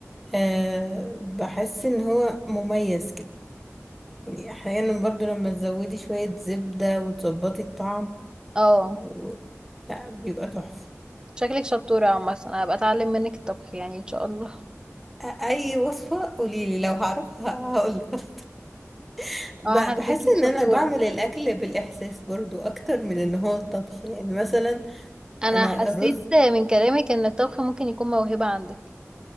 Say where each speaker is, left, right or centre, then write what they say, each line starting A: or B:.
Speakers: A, in the centre; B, on the right (about 15°).
A: أه بحس ان هو مميز كده يعني احيانا برضو لما تزودي شوية زبدة وتظبطي الطعم
B: اه
A: و... لا بيبقى تحفة
B: شكلك شطوره عامه انا هبقى اتعلم منك الطبخ يعني ان شاء الله
A: أ- اي وصفة قوليلي لو هعرفها هقولك <laughs> ب-
B: اه حاساكي
A: بحس
B: شطوره
A: ان انا بعمل الاكل بالاحساس برضو اكتر من ان هو الطبخ يعني مثلا
B: انا
A: انا
B: حسيت
A: رز
B: من كلامك ان الطبخ ممكن يكون موهبة عندك